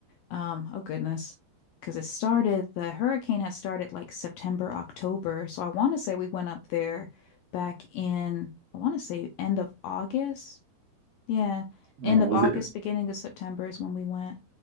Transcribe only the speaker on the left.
um, oh goodness, because it started, the hurricane had started like September, October. So I want to say we went up there back in, I want to say end of August. Yeah. End
of
August,
beginning of September is when we went.